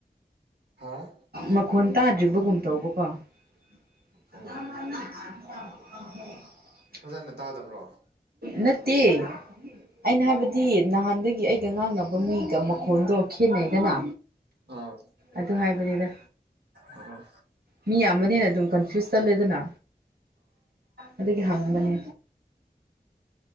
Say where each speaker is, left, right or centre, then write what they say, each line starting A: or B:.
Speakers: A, on the right (about 85°); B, on the right (about 70°).
A: ꯍꯥꯥ
B: ꯃꯈꯣꯟ ꯇꯥꯗ꯭ꯔꯤꯕꯒꯨꯝ ꯇꯧꯕꯀꯣ <unintelligible>
A: ꯑꯣ ꯐꯖꯅ ꯇꯥꯗꯕ꯭ꯔꯣ
B: ꯅꯠꯇꯦ ꯑꯩꯅ ꯍꯥꯏꯕꯗꯤ ꯅꯍꯥꯟꯗꯒꯤ ꯑꯩꯒ ꯉꯥꯡꯅꯕ ꯃꯤꯒ ꯃꯈꯣꯟꯗꯣ ꯈꯦꯠꯅꯩꯗꯅ
A: ꯑꯥ
B: ꯑꯗꯨ ꯍꯥꯏꯕꯅꯤꯗ
A: ꯑꯥ
B: ꯃꯤ ꯌꯥꯝꯕꯅꯦꯅ ꯑꯗꯨꯝ ꯀꯟꯐ꯭ꯌꯨꯁ ꯆꯠꯂꯦꯗꯅ ꯑꯗꯨꯒꯤ ꯍꯪꯕꯅꯦ